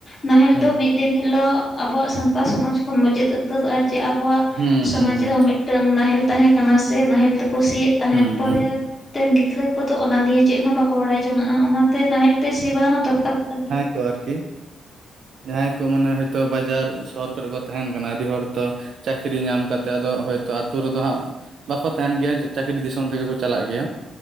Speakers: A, on the left; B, on the right.
A: ᱱᱟᱦᱮᱞ
B: ᱦᱩᱸ
A: ᱫᱚ ᱢᱤᱫ ᱫᱤᱱ ᱦᱤᱞᱳᱜ ᱟᱵᱚᱣᱟᱜ ᱥᱟᱱᱛᱟ ᱥᱚᱢᱟᱡᱽ ᱠᱷᱚᱱ ᱢᱩᱪᱟᱹᱫ ᱩᱛᱟᱹᱨᱚᱜᱼᱟ᱾ ᱡᱮ ᱟᱵᱚᱣᱟᱜ
B: ᱦᱩᱸ
A: ᱥᱚᱢᱟᱡ
B: ᱦᱩᱸ
A: ᱨᱮᱦᱚᱸ ᱢᱤᱫᱴᱟᱝ ᱱᱟᱦᱮᱞ ᱛᱟᱦᱮᱸ ᱠᱟᱱᱟ ᱥᱮ ᱱᱟᱦᱮᱞ ᱛᱮᱠᱚᱹ ᱠᱩᱥᱤᱭᱮᱫ ᱛᱟᱦᱮᱸᱫ
B: ᱦᱩᱸ
A: ᱯᱚᱨᱮᱛᱮᱱ
B: ᱦᱩᱸ
A: ᱜᱤᱫᱽᱨᱟᱹ ᱠᱚᱫᱚ ᱚᱱᱟ ᱱᱤᱭᱮ ᱪᱮᱫ ᱦᱚᱸ ᱵᱟᱠᱚ ᱠᱚ ᱵᱟᱲᱟᱭ ᱡᱚᱝᱱᱟᱜᱼᱟ ᱚᱱᱟᱛᱮ ᱱᱟᱦᱮᱞ ᱛᱮ ᱥᱤ ᱵᱟᱲᱟ ᱦᱚᱸ ᱫᱚᱨᱠᱟᱨ ᱠᱟᱱ ᱜᱮᱭᱟ᱾
B: ᱛᱚ ᱟᱨᱠᱤ ᱡᱟᱦᱟᱸᱭ ᱠᱚ ᱢᱟᱱᱮ ᱦᱚᱳᱭᱛᱳ ᱵᱟᱡᱟᱨ ᱥᱚᱦᱚᱨ ᱠᱚᱨᱮ ᱠᱚ ᱛᱟᱦᱮᱱ ᱠᱟᱱᱟ ᱟᱹᱰᱤ ᱦᱚᱲ ᱛᱚᱹᱹ ᱪᱟᱹᱠᱨᱤ ᱧᱟᱢ ᱠᱟᱛᱮᱫ ᱟᱫᱚ ᱦᱳᱭᱛᱳ ᱟᱹᱛᱩᱳ ᱨᱮᱫᱚ ᱦᱟᱸᱜᱹᱹ ᱵᱟᱠᱚ ᱛᱟᱦᱮᱱ ᱜᱮᱭᱟ ᱪᱟᱹᱠᱨᱤ ᱫᱤᱥᱚᱢ ᱛᱮᱜᱮ ᱠᱚ ᱪᱟᱞᱟᱜ ᱜᱮᱭᱟ,